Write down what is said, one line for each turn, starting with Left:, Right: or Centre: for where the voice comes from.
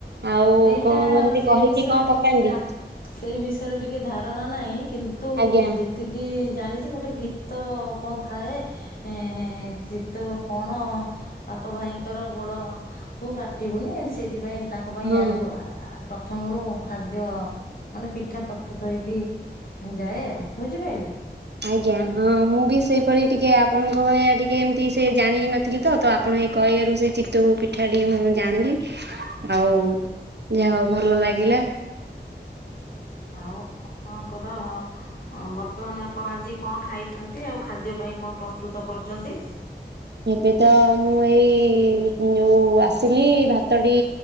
Right: ଆଉ
Left: ସେଇଟା
Right: କଣ ଏମିତି
Left: ସେଇ
Right: କହିକି
Left: ବିଷୟରେ
Right: କଣ
Left: ଟିକେ
Right: ପକାନ୍ତି
Left: ଧା ସେଇ ବିଷୟରେ ଟିକେ ଧାରଣା ନାହିଁ କିନ୍ତୁ
Right: ଆଜ୍ଞା
Left: ଯେତେ ଏତିକି ଜାଣିଛି ଗୋଟେ ଗୀତ କଣ ଥାଏ। ଏ ଚିତଉ କଣ ବାପ ଭାଇଙ୍କର ଗୋଡ଼ କୋଉ କାଟିବୁନି ଏତି ସେଇଥିପାଇଁ ତାଙ୍କ ପାଇଁ
Right: ହଁ ହଁ
Left: ଆ ପ୍ରଥମରୁ ଖାଦ୍ୟ ମାନେ ପିଠା ପ୍ରସ୍ତୁତ ହେଇକି ଯାଏ ଆଉ ବୁଝିପାଇଲୁ।
Right: ଆଜ୍ଞା ହଁ ମୁଁ ବି ସେଇପରି ଟିକେ ଆପଣଙ୍କ ଭଳିଆ ଟିକେ ଏମତି ସେ ଜାଣି ନ ଥିଲି ତ ତ ଆପଣ ସେଇ କହିବାରୁ ସେଇ ଚିତଉ ପିଠା ଟିକେ ମୁଁଁ ଜାଣିଲି ଆଉ ଯାହା ହଉ ଭଲ ଲାଗିଲା।
Left: ଆଉ ଆପଣଙ୍କର ହ ବର୍ତ୍ତମାନ ଆପଣ ଆଜି କଣ ଖାଇଛନ୍ତି ଆଉ ଖାଦ୍ୟ ପାଇଁ କଣ ପ୍ରସ୍ତୁତ କରୁଛନ୍ତି।
Right: ଏବେ ତ ମୁଁ ଏଇ ଯୋଉ ଆସିଲି ଭାତଟି